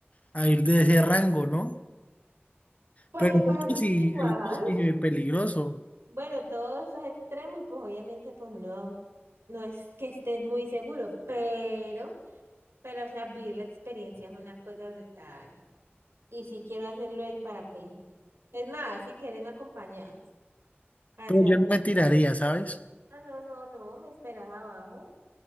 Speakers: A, on the left; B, on the right.
A: a ir de ese rango, ¿no?
B: Pues
A: Pero
B: el
A: el
B: parapente
A: otro sí,
B: igual.
A: el otro sí es peligroso.
B: Bueno, todos esos extremos y pues obviamente pues uno no es que esté muy seguro, pero, pero o sea, vivir la experiencia es una cosa brutal. Y sí quiero hacerlo el parapente. Es más, si quieres me acompañas a
A: Pero
B: hacerlo.
A: yo no me tiraría, ¿sabes?
B: Ah, no, no, no, me esperas abajo.